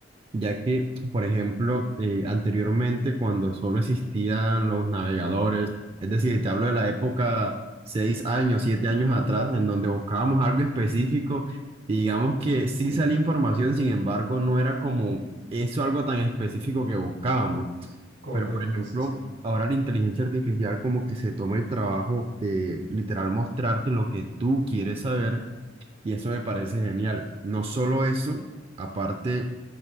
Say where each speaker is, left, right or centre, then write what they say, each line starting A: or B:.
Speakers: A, on the right; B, on the right.
A: ya que, por ejemplo, eh, anteriormente cuando solo existían los navegadores, es decir, te hablo de la época seis años, siete años atrás, en donde buscábamos algo específico, y digamos que sí
B: Sí,
A: salía información, sin embargo, no era como eso algo tan específico que buscábamos.
B: correcto,
A: Pero, por ejemplo,
B: sí,
A: ahora la inteligencia artificial como que se toma el trabajo, eh, literal, mostrarte lo que tú quieres saber, y eso me parece genial. No solo eso, aparte